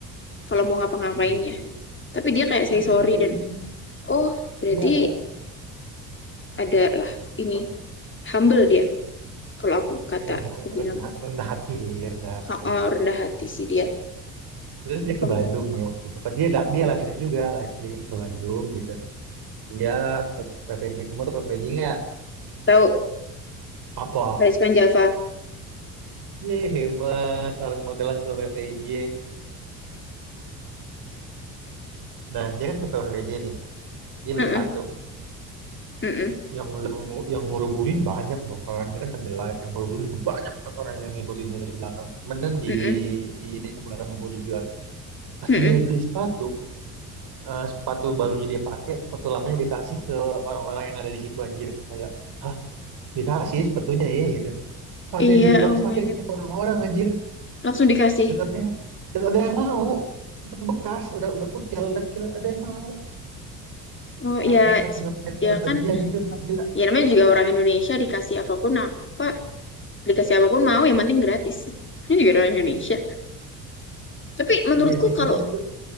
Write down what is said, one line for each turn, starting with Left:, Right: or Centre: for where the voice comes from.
Left: kalau mau ngapa-ngapain
Right: Iya sih.
Left: ya tapi dia kayak say
Right: Terus dia
Left: sorry
Right: juga
Left: dan
Right: ini
Left: oh berarti
Right: dia dia
Left: adalah ini
Right: apa?
Left: humble dia kalau aku kata
Right: Dia rendah,
Left: aku bilang
Right: rendah, rendah hati, rendah hati.
Left: oh, oh, rendah hati sih dia
Right: Terus dia
Left: Humble.
Right: ke Bandung nih waktu itu. Dia dia live stream juga, live stream ke Bandung gitu. Dia ke PVJ ke motor PVJ nggak
Left: tahu
Right: apa?
Left: Rizwan Java <laughs>
Right: Ye, hebat. Orang Magelang tuh PPJ. Nah, dia kan ke PPJ nih. Dia beli
Left: Mm-mm,
Right: sepatu.
Left: mm-mm,
Right: Yang yang yang ngeruburin banyak dong kan. Dia kan sambil live yang ngeruburin banyak banget orang yang ngikutin dia dari belakang. Kemudian kan di
Left: mm-mm,
Right: di ini sama bodyguard. Pas
Left: mm-mm.
Right: dia beli sepatu, eh, sepatu barunya dia pakai, sepatu lamanya dikasih ke orang-orang yang ada di situ anjir. Kayak, ah dikasih sepatunya ya?" gitu. Sepatu
Left: iya
Right: yang dia bekas
Left: oh my
Right: pakai
Left: god
Right: dikasih ke orang-orang anjir.
Left: langsung dikasih
Right: Dan ada yang dan ada yang mau. Sepatu bekas, udah udah kucel, udah kira ada yang mau.
Left: oh
Right: orang-orang
Left: ya
Right: saking ngefansnya
Left: ya
Right: sama
Left: kan
Right: dia gitu gila
Left: ya namanya juga orang Indonesia dikasih apapun apa dikasih apapun mau yang penting gratis <laughs> ini juga orang Indonesia tapi menurutku
Right: iya sih
Left: kalau
Right: cuman itu